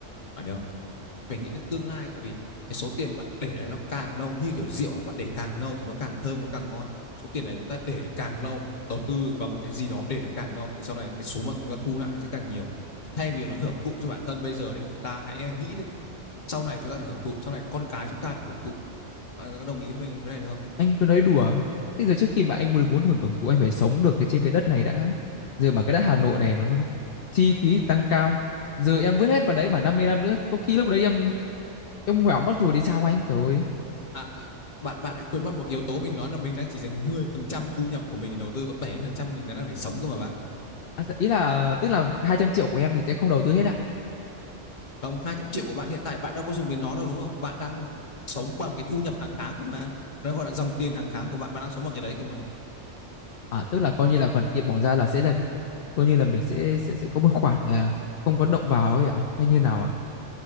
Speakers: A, on the left; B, on the left.
A: Bạn hiểu không? Phải nghĩ đến tương lai tại vì cái số tiền bạn để đấy nó càng lâu như kiểu rượu ấy, bạn để càng lâu thì nó càng thơm, nó càng ngon. Số tiền này chúng ta để được càng lâu, đầu tư vào một cái gì đó để được càng lâu thì sau này cái số mà chúng ta thu lại nó sẽ càng nhiều. Thay vì là hưởng thụ cho bản thân bây giờ đấy, chúng ta hãy nghĩ đến sau này chúng ta được hưởng thụ sau này con cái chúng ta được hưởng thụ bạn có đồng ý với mình cái này được không
B: Anh cứ nói đùa. Thế giờ trước khi mà anh muốn được muốn hưởng hưởng thụ anh phải sống được cái trên cái đất này đã. Giờ bảo cái đất Hà Nội này nó nó, nó chi phí thì tăng cao. Giờ em vứt hết vào đấy bảo 50 năm nữa có khi lúc đấy em em ngoẻo mất rồi thì sao anh? Trời ơi.
A: à, à, bạn bạn đã quên mất một yếu tố mình nói là mình đang chỉ dành 10% thu nhập của mình để đầu tư có 70% mình đã đang để sống cơ mà bạn
B: À, ý là tức là 200 triệu của em thì sẽ không đầu tư hết ạ.
A: không 200 triệu của bạn hiện tại bạn đâu có dùng đến nó đâu đúng không bạn đang sống bằng cái thu nhập hàng tháng cơ mà nó gọi là dòng tiền hàng tháng của bạn bạn đang sống bằng cái đấy cơ mà
B: À tức là coi như là phần kia bỏ ra là sẽ là coi như là mình sẽ sẽ sẽ có một khoản là không có động vào ấy ạ hay như nào ạ?